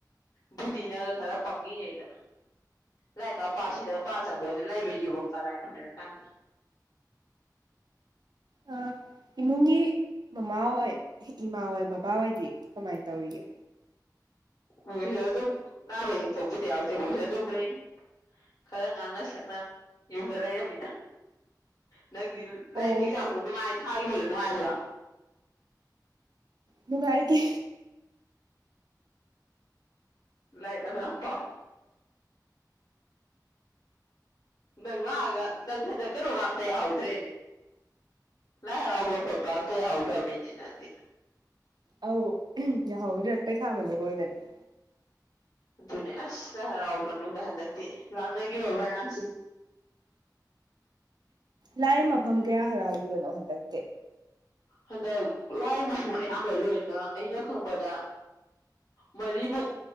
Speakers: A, on the left (about 55°); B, on the right (about 70°).
A: ꯕꯨꯙꯤꯅꯒ ꯈꯔ ꯄꯪꯉꯤꯉꯩꯗ ꯂꯥꯏꯔꯤꯛ ꯀ ꯄꯥ ꯁꯤꯗꯒ ꯄꯥ ꯆꯪꯕꯗ ꯂꯥꯏꯕꯔ꯭ꯦꯔꯤ ꯕꯣ ꯀꯗꯥꯥꯏꯅꯣ ꯍꯥꯏꯔꯛ ꯀꯥꯟꯗ꯫
B: ꯑ ꯏꯃꯨꯡꯒꯤ ꯃꯃꯥ ꯍꯣꯏ ꯏꯃꯥ ꯍꯣꯏ ꯕꯕꯥꯍꯣꯏꯗꯤ ꯀꯃꯥꯏꯅ ꯇꯧꯔꯤꯒꯦ?
A: ꯃꯣꯏꯁꯨ ꯑꯗꯨꯝ ꯅꯥꯕ ꯌꯦꯛꯄꯕꯨꯗꯤ ꯌꯥꯎꯗꯦ ꯃꯣꯏꯁꯨ ꯑꯗꯨꯝ ꯂꯩꯔꯤ ꯈꯔ ꯉꯥꯡꯅ ꯁꯛꯅ ꯌꯨꯝꯗ ꯂꯩꯔꯝꯃꯤꯅ꯫ ꯅꯪꯗꯤ
B: ꯑꯣ
A: ꯂꯥꯏꯔꯤꯛ ꯑꯦꯛꯖꯥꯝ ꯍ ꯅꯨꯡꯉꯥꯏ ꯊꯥꯈꯤꯕ ꯅꯨꯡꯉꯥꯏꯕꯔ꯭?
B: ꯅꯨꯡꯉꯥꯏꯈꯤ꯫
A: ꯂꯥꯏ ꯑꯗꯨ ꯌꯥꯝ ꯄꯥꯎ꯫ ꯅꯪ ꯂꯥꯛ ꯑꯒꯥ ꯅꯪ ꯍꯟꯗꯛ ꯀꯅꯣꯒ ꯇ ꯌꯥꯎꯗꯔ꯭ꯦꯅꯦ꯫ ꯂꯥꯏ ꯍꯔꯥꯎꯕ ꯈꯣꯠꯄ ꯑꯝꯇ ꯌꯥꯎ ꯗꯔꯝꯅꯤꯅꯦ ꯅꯪꯗꯤ꯫
B: ꯑꯧ ꯌꯥꯍꯥꯎꯗꯔ꯭ꯦ ꯄꯩꯈ ꯃꯅꯨꯡ ꯑꯣꯏꯗꯅ ꯫
A: ꯑꯗꯨꯅꯦ ꯑꯁ ꯂꯥꯏ ꯍꯔꯥꯎꯕ ꯃꯅꯨꯡꯗ ꯍꯟꯗꯛꯇꯤ ꯂꯥꯡꯅꯈꯤꯕ ꯃꯌꯥꯝꯁꯦ꯫
B: ꯂꯥꯏ ꯃꯐꯝ ꯀꯌꯥ ꯍꯔꯥꯎꯈꯤꯕꯅꯣ ꯍꯟꯗꯛꯇꯤ?
A: ꯍꯟꯗꯛ ꯂꯥꯏ ꯃꯐꯝ ꯑꯌꯥꯝꯕ ꯂꯣꯏꯅ ꯑꯩꯅ ꯈꯪꯕꯗ ꯃꯔꯤꯃꯨꯛ